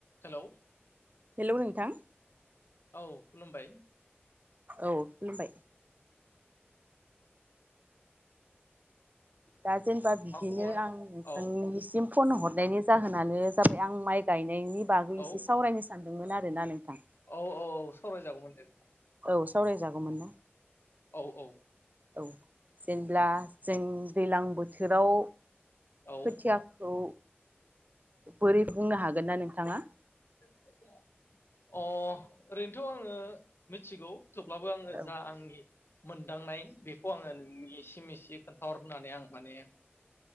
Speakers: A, on the left (about 65°); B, on the right (about 40°).
A: हेल'
B: hello नोंथां
A: औ खुलुमबाय
B: औ खुलुमबाय दा जेनेबा बिदिनो
A: मा खबर
B: आं नोंथांनिसिम
A: औ
B: फन हरनायनि जाहोनानो जाबाय आं माइ गायनायनि बागै
A: औ
B: एसे सावरायनो सानदोंमोन आरोना नोंथां
A: औ औ औ सावरायजागौमोन दे नोंथां
B: औ सावरायजागौमोन ना
A: औ औ
B: औ जेनेब्ला जों दैज्लां बोथोराव
A: औ अ
B: खोथियाखौ बोरै बुंनो हागोन ना नोंथाङा
A: अ ओरैनोथ आङो मिथिगौ थेवब्लाबो आङो
B: औ
A: जा आंनि मोनदांनाय बेखौ आङो नोंनिसिम इसे एसि खोन्थाहरनो होननानै आं माने आ